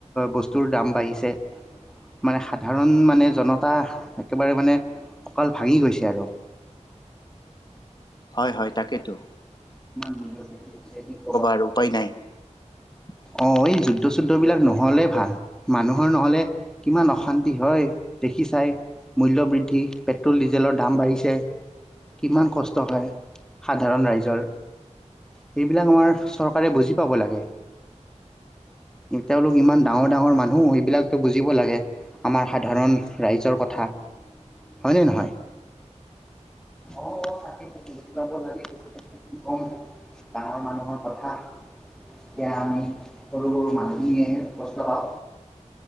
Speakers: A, in the centre; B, on the left.
A: বস্তু টোৰ দাম বাঢ়িছে। মানে সাধাৰণ মানে জনতা একেবাৰে মানে ককাঁল ভাঙি গৈছে আৰু।
B: হয় হয় তাকেইতো
A: মূল্যবৃদ্ধ
B: আৰু উপায় নাই। নহ'লে
A: অ এই যুদ্ধ চুদ্ধ বিলাক নহলে ভাল মানুহৰ নহলে কিমান অশান্তি হয় দেখি চাই মূল্য বৃদ্ধি পেটল ডিজেলৰ দাম বাঢ়িছে। কিমান কষ্ট হয়, সাধাৰণ ৰাইজৰ সেইবিলাক আমাৰ চৰকাৰে বুজি পাব লাগে তেওঁলোক ইমান ডাঙৰ ডাঙৰ মানুহ সেইবিলাকো বুজিব লাগে আমাৰ সাধাৰণ ৰাইজৰ কথা হয় নে নহয় অ'- অ' তাকেতো। বুজি পাব লাগে কওঁ ডাঙৰ মানুহৰ কথা এতিয়া আমি সৰু সৰু মানুহে কষ্ট পাওঁ